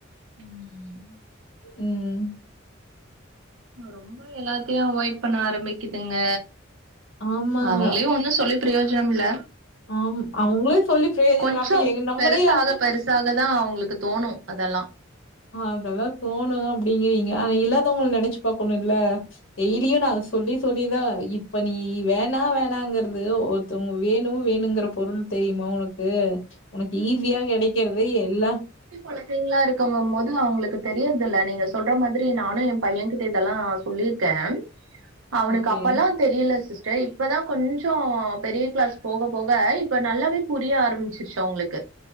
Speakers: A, on the right; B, on the left.
A: ம்
B: ம்
A: ரொம்ப எல்லாத்தியு அவாய்ட் பண்ண ஆரம்பிக்குதுங்க
B: ஆமாங்க.
A: அவங்களையு ஒன்னு சொல்லி பிரயோஜனம் இல்ல
B: ஆம். அவங்களே சொல்லி பிரயோஜனம்.
A: கொஞ்சோ
B: அப்ப எங்க நம்மளையும்
A: பெருசாக பெருசாக தா அவங்களுக்கு தோணு அதல்லா
B: அதல்லா தோணு அப்டிங்கிறீங்க ஆனா இல்லாதவங்கள நெனச்சு பாக்கணு இல்ல டெய்லியு நா சொல்லி சொல்லிதா இப்ப நீ வேணா வேணாங்கிறது ஒர் தவங்க வேணு வேணுங்கிற பொருள் தெரியுமா உனக்கு உனக்கு ஈஸியா கெடைக்கிறது எல்லா
A: கொழந்தைங்களா இருக்கங்க போது அவங்களுக்கு தெரியதுல்ல நீங்க சொல்ற மாதிரி நானு என் பையகிட்ட இதெல்லா சொல்லிருக்கே அவனுக்கு
B: ஓகே
A: அப்பல்லா தெரியல சிஸ்டர் இப்பதா கொஞ்சோ பெரிய கிளாஸ் போக போக இப்ப நல்லாவே புரிய ஆரம்பிச்சிருச்சி அவ்ங்ளுக் கு